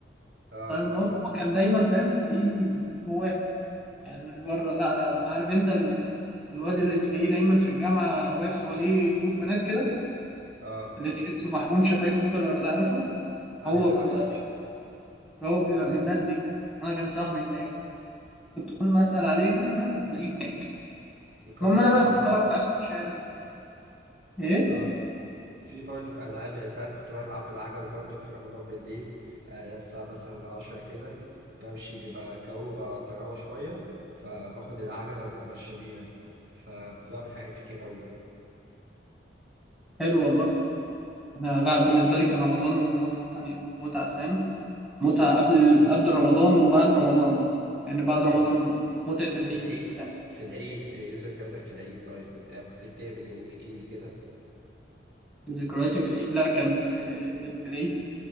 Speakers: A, on the right; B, in the centre.
A: اه
B: فالمهم هو كان دايما فاهم تلاقيه جواه يعني مش بره لا لا لا عارف انت ال... الواد اللي بتلاقيه دايما في الجامعه واقف حواليه جروب بنات كده
A: اه
B: اللي تحسه محقون شفايفه في الارض عارفه
A: <laughs> أيوه
B: هو بيبقى
A: أيوه
B: هو بيبقى
A: أيوه
B: من الناس دي انا كان صاحبي هناك يعني كنت كل ما اسال عليه يعني فاهم تلاقيه هناك
A: وكان
B: المهم
A: في
B: انا بقى
A: برضو
B: كنت بلعب
A: ك-
B: في اخر الشارع ايه
A: اه في برضو ألعاب يعني ساعات كنت بلعب بالعجل برضو في رمضان بالليل آه الساعة مثلا عشرة كده بمشي بيبقى الجو بقى طراوة شوية فباخد العجلة وبتمشى بيها فكنت بعمل حاجات كتير أوي
B: حلو والله انا لا بالنسبه لي كان رمضان متعه تانية متعه فاهم متعة قبل قبل رمضان وبعد رمضان يعني بعد رمضان
A: طب
B: متعة العيد
A: في العيد
B: فاهم؟
A: في العيد إيه ذكرياتك في العيد طيب؟ يعني كنت بتعمل إيه؟ احكيلي كده
B: ذكرياتي في العيد لا كان في لبس العيد